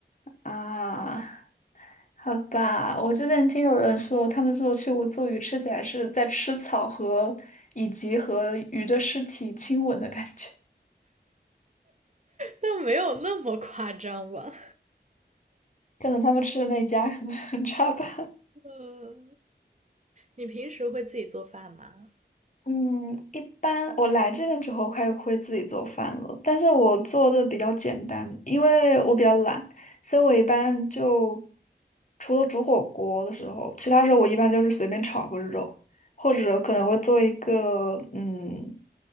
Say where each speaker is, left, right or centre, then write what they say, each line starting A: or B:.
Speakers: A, on the left; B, on the right.
A: 啊。好吧，我之前听有人说，他们说西湖醋鱼吃起来是在吃草和以及和鱼的尸体亲吻的感觉，
B: 但没有那么夸张吧？
A: 可能他们吃的那一家可能 <laughs> 很差吧。
B: <laughs> 呃，你平时会自己做饭吗？
A: 嗯，一般我来这边之后开始会自己做饭了，但是我做的比较简单，因为我比较懒，所以我一般就除了煮火锅的时候，其他时候我一般就是随便炒个肉，或者可能会做一个嗯